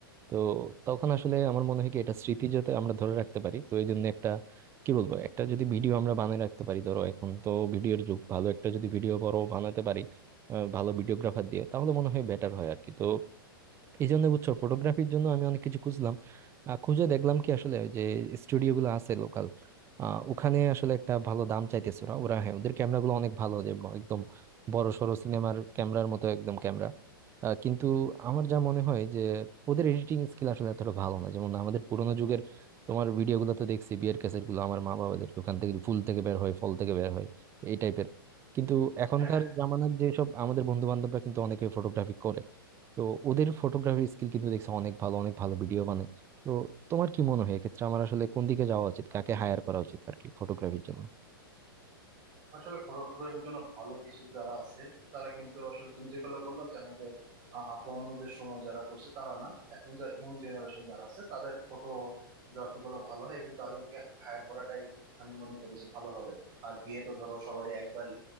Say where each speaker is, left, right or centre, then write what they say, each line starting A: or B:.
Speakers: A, on the right; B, on the right.
A: তো তখন আসলে আমার মনে হয় কি এটা স্মৃতি যাতে আমরা ধরে রাখতে পারি তো এই জন্য একটা কি বলবো একটা যদি ভিডিও আমরা বানিয়ে রাখতে পারি ধরো এখন তো ভিডিওর যুগ ভালো একটা যদি ভিডিও বড় বানাতে পারি আহ, ভালো ভিডিওগ্রাফার দিয়ে তাহলে মনে হয় বেটার হয় আর কি তো এই জন্য বুঝছো ফটোগ্রাফির জন্য আমি অনেক কিছু খুঁজলাম আহ, খুঁজে দেখলাম কি আসলে ওই যে স্টুডিও গুলো আছে লোকাল ওখানে আসলে একটা ভালো দাম চাইতেছে ওরা ওরা হ্যাঁ ওদের ক্যামেরা গুলো অনেক ভালো যে ব- একদম বড় সড়ো সিনেমার ক্যামেরার মতো একদম ক্যামেরা কিন্তু আমার যা মনে হয় যে ওদের এডিটিং স্কিল আসলে এতটা ভালো না যেমন আমাদের পুরোনো যুগের তোমার ভিডিও গুলো তো দেখছি বিয়ের ক্যাসেট গুলো আমার মা বাবাদের ওখান থেকে ফুল থেকে বের হয় ফল থেকে বের হয় এই টাইপের কিন্তু এখনকার
B: হ্যাঁ
A: জামানার যেসব আমাদের বন্ধু বান্ধবরা কিন্তু অনেকে ফটোগ্রাফি করে তো ওদের ফটোগ্রাফি স্কিল কিন্তু দেখছি অনেক ভালো অনেক ভালো ভিডিও বানায় তো তোমার কি মনে হয় এক্ষেত্রে আমার আসলে কোন দিকে যাওয়া উচিত কাকে হায়ার করা উচিত আর কি ফটোগ্রাফির জন্য
B: আসলে ফটোগ্রাফির জন্য ভালো কিছু যারা আছে তারা কিন্তু আসলে তুমি যেগুলো বললো যে আমাদের আহ, আব্বু আম্মুদের সময় যারা করছে তারা না এখন যা ইয়ং জেনারেশন যারা আছে তাদের ফটোগ্রাফি গুলো ভালো হয় এবং তাদেরকে হায়ার করাটাই আমি মনে করি যে ভালো হবে আর বিয়ে তো ধরো সবারই একবারই